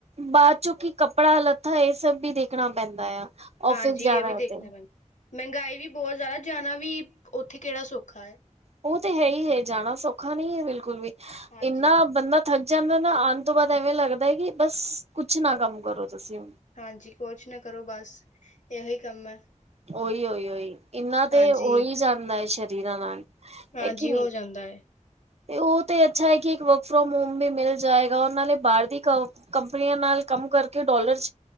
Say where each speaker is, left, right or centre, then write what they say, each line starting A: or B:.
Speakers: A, on the right; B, on the left.
A: ਬਾਅਦ ਚੋਂ ਕਿ ਕੱਪੜਾ ਲੱਤਾ ਇਹ ਸਭ ਵੀ ਦੇਖਣਾ ਪੈਂਦਾ ਆ।
B: ਹਾਂਜੀ
A: ਆਫਿਸ ਜਾਣਾ
B: ਇਹ ਵੀ ਦੇਖਣਾ
A: ਤੇ
B: ਪੈਣਾ ਮਹਿੰਗਾਈ ਵੀ ਬੱਹੁਤ ਜ਼ਿਆਦਾ ਜਾਣਾ ਵੀ ਉੱਥੇ ਕਿਹੜਾ ਸੌਖਾ ਹੈ।
A: ਉਹ ਤੇ ਹੈ ਹੀ ਹੈ ਜਾਣਾ ਸੌਖਾ ਨਹੀਂ ਹੈ ਬਿਲਕੁੱਲ ਵੀ
B: ਹਾਂਜੀ,
A: ਇੰਨਾ ਬੰਦਾ ਥੱਕ ਜਾਂਦਾ ਨਾ ਆਉਣ ਤੋਂ ਬਾਅਦ ਐਵੇਂ ਲੱਗਦਾ ਹੈ ਕਿ ਬੱਸ ਕੁੱਛ ਨਾ ਕੰਮ ਕਰੋ ਤੁਸੀਂ।
B: ਹਾਂਜੀ ਕੁੱਛ ਨਾ ਕਰੋ ਬੱਸ ਏਹੇ ਹੀ ਕੰਮ ਹੈ।
A: ਉਹੀ ਉਹੀ ਉਹੀ ਇਹਨਾਂ ਤੇ
B: ਹਾਂਜੀ,
A: ਉਹੀ ਜਾਂਦਾ ਹੈ ਸਰੀਰਾਂ ਨਾਲ।
B: ਹਾਂਜੀ
A: ਹੈ ਕਿ ਨਹੀਂ
B: ਹੋ ਜਾਂਦਾ ਹੈ।
A: ਤੇ ਉਹ ਤੇ ਅੱਛਾ ਹੈ ਕਿ ਇੱਕ ਵਰਕ ਫਰੋਮ ਹੋਮ ਵੀ ਮਿਲ ਜਾਏਗਾ ਉਹਨਾਂ ਨੇ ਬਾਹਰ ਦੀ ਕਮ ਕੰਪਨੀਆਂ ਨਾਲ ਕੰਮ ਕਰਕੇ ਡੋਲਰ ਚੱ